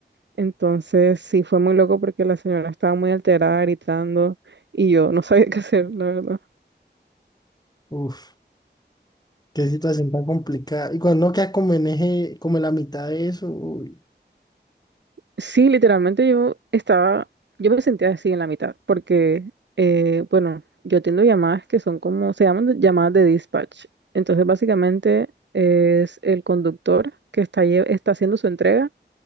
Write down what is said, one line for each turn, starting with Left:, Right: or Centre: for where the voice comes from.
Right: Entonces sí fue muy loco porque la señora estaba muy alterada, gritando y yo no sabía <laughs> qué hacer, la verdad.
Left: Uf, qué situación tan complicada. Y cuando uno queda como en eje, como en la mitad de eso. uy.
Right: Sí, literalmente yo estaba, yo me sentía así en la mitad, porque, eh, bueno, yo atiendo llamadas que son como, se llaman de- llamadas de dispatch. Entonces, básicamente es el conductor que está, lle- está haciendo su entrega